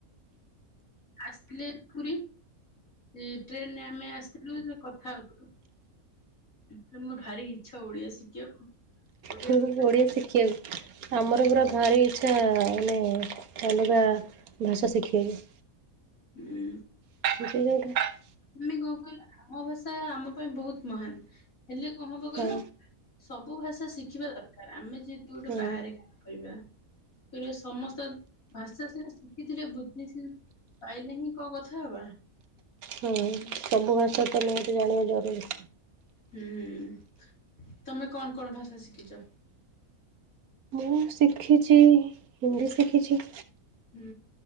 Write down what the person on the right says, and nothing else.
ହୁଁ
ହୁଁ ଓଡ଼ିଆ ଶିଖିବାକୁ ଆମର ପୁରା ଭାରି ଇଚ୍ଛା। ମାନେ ଅଲଗା ଭାଷା ଶିଖିବାକୁ।
<unintelligible>
ହଁ
ହୁଁ
ହୁଁ। ସବୁ ଭାଷା ତାହେଲେ ମୋତେ ଜାଣିବା ଜରୁରୀ।
ମୁଁ ଶିଖିଛି ହିନ୍ଦୀ ଶିଖିଛି।